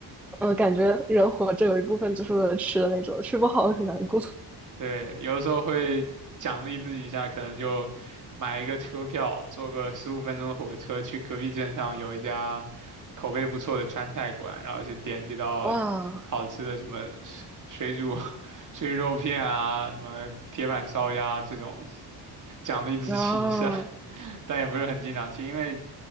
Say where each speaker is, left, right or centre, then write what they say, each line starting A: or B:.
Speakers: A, in the centre; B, on the right.
A: 嗯、感觉人活着有一部分就是为了吃的那种，吃不好会很难过。
B: 对，有的时候会奖励自己一下，可能就买一个车票，坐个十五分钟的火车去隔壁镇上有一家口碑不错的川菜馆，然后去点几道
A: 哇，
B: 好吃的什么水水煮 <laughs> 水煮肉片啊，什么铁板烧鸭这种，奖励自己一下，
A: 然后
B: <laughs> 但也不是很经常去，因为